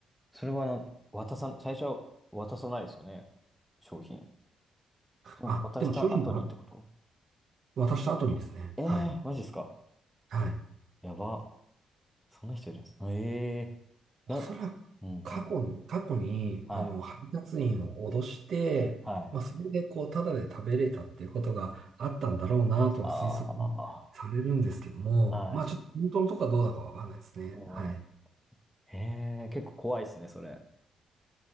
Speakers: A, in the centre; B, on the right.
A: それはな、渡さ、最初は渡さないですよね。商品。その渡した後にってこと
B: あ、でも商品は渡した後にですね。
A: ええマジですか。
B: はい。はい。
A: やば。そんな人いるんですか。ええ
B: おそらく過去に、
A: なん、うん、うん。
B: 過去に、
A: はい、
B: あの、配達員を脅して、
A: はい。
B: まあ、それでこう、ただで食べれたっていうことがあったんだろうなとは推測
A: ああ、
B: されるんですけども、
A: はい、
B: まあ、ちょっと本当のとこはどうだかわかんないですね。
A: うん。
B: はい。
A: へえ、結構怖いですね、それ。